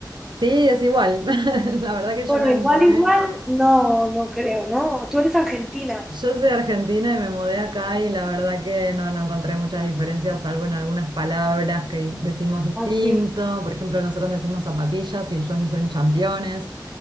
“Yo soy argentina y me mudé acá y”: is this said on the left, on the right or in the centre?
Right